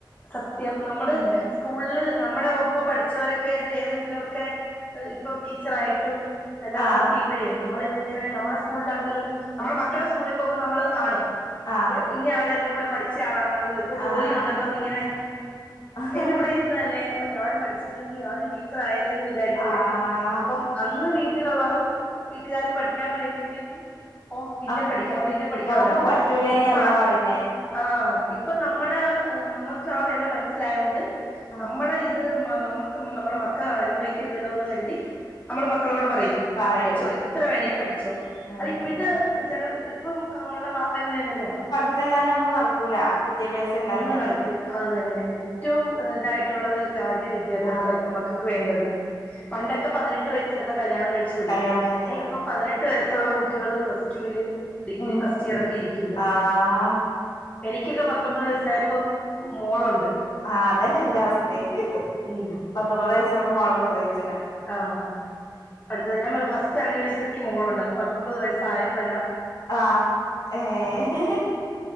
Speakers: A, on the left; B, on the left.
A: സത്യം നമ്മള്
B: ഉം
A: സ്കൂളില് നമ്മുടെ ഒപ്പം പഠിച്ചവരൊക്കെ ഏതെങ്കിലുമൊക്കെ ഇപ്പം ടീച്ചറായിട്ടും എല്ലാം
B: ആഹ്
A: വർക്ക് ചെയ്യുമ്പോഴേ നമ്മളിത്ങ്ങനെ നമ്മുടെ സ്കൂളിലാെങ്കിലും നമ്മുടെ മക്കളുടെ സ്കൂളിൽ പോകുമ്പോൾ നമ്മളത് കാണും
B: ആ
A: ഇന്ന ആള് എൻ്റെ കൂടെ പഠിച്ച ആളാണല്ലോ ഇപ്പോൾ
B: ആഹ്
A: ജോലി
B: ആഹ്
A: ഉണ്ടല്ലോന്ന് ഇങ്ങനെ
B: ആഹ്
A: എന്റെ കൂടെ ഇരുന്നതല്ലേ അപ്പൊ ഞാനും പഠിച്ചിരുന്നെങ്കിൽ ഞാനും ടീച്ചർ ആയനേന്ന് വി വിചാരിക്കുവെ
B: ആഹ്
A: അപ്പം അന്ന് വീട്ടിലുള്ളോ വീട്ടുകാര് പഠിക്കാൻ പറയുമ്പോഴേത്തേക്കും ഓ പിന്നെ
B: നം
A: പഠിക്കാം പിന്നെ പഠിക്കാൻ
B: നമുക്ക്
A: പറ അപ്പം
B: പറ്റൂലേനി
A: ഇപ്പൊ
B: എന്നാ
A: ആ
B: പറയുന്നേ
A: ആ ഇപ്പൊ നമ്മുടെ നമ്മുക്ക് ആ വില മനസ്സിലായോണ്ട്
B: ആഹ്
A: നമ്മുടെ ഇത് ക്കുമ്പാ നമ്മുക്ക് നമ്മുടെ മക്ക അനുഭവിക്കരുതാല്ലോ എന്ന് കരുതി നമ്മുള് മക്കളോട് പറയും
B: പറയൂ
A: പഠിച്ചോ എത്ര വേണേൽ പഠിച്ചോ
B: ഉം
A: അത് ഇപ്പോഴത്തെ
B: ഉം
A: ജന ഇപ്പം ഉള്ള വാപ്പയും മ്മയും എങ്ങനെയാ
B: ത്തന്നാനെ ഒന്നും നടക്കൂല വിദ്യാഭ്യാസം ഇല്ലാഞ്ഞാല്
A: ഒന്നും നടക്കുൽ അത് തന്നെ
B: ഉം
A: ഏറ്റവും ഇതായിട്ടുള്ളത് കാര്യം വിദ്യാഭ്യാസവ
B: ആഹ്
A: ഇപ്പം മക്ക് ക്കക്ക് വേണ്ടത് പണ്ടൊക്കെ പതിനെട്ട് വയസ്സിലൊക്കെ കല്യാണം കഴിച്ചു വിടും
B: കല്യാണം കഴിഞ്ഞത്
A: ഇപ്പൊ പതിനെട്ട് ട്ടു വയസ്സുള്ള കുട്ടികള് പ്ലസ് ടുവിൽ ഡിഗ്രി
B: ഉം
A: ഫസ്റ്റ് ഇയർ ഒക്കെ ഇരിക്കുന്നത്
B: ആഹ്
A: ക്കെക്കോ പത്തൊമ്പത് വയസ്സായപ്പം മോളുണ്ട്
B: ആഹ് അതന്നെ എന്റെ അവസ്ഥയും
A: ഉം
B: പത്തൊമ്പത് വയ്സായപ്പോ മോളെ
A: അപ്പൊ
B: പ്രസയ്ച്ച്ണ്
A: ആഹ് അടുത്തത് ഞാൻ പറയ ഫസ്റ്റ് ആനിവേഴ്സറിക്ക് മോളുണ്ട് അപ്പൊ പത്തൊമ്പത് വയസ്സ് ആയപ്പഴ
B: ആഹ് ഏഹ്